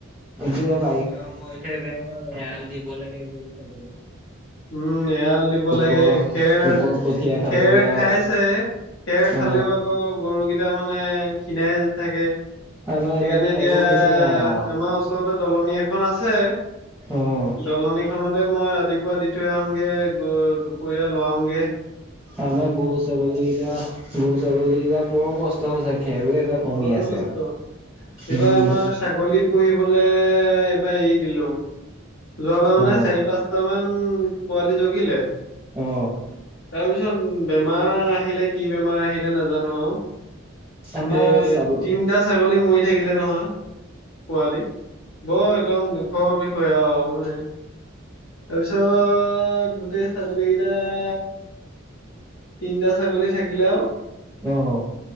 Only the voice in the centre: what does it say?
এতিয়া বাৰিষা সময়তহে বেয়া এৰাল দিব লাগে গৰু, ছাগলী।
লোকৰ
লোকৰ কঠীয়া খাবগে
আৰু
অ।
আমাৰ এইবাৰ খেৰো
বেছি নাই আৰু
অ
আমাৰ গৰু-ছাগলী কেইটা গৰু-ছাগলীকেইটা বৰ কষ কষ্ট হৈছে খেৰো এইবাৰ কমি
আছে
আৰু
উম
উ উ
অ
অ
আমাৰ
ছাগল
অ অ অ অ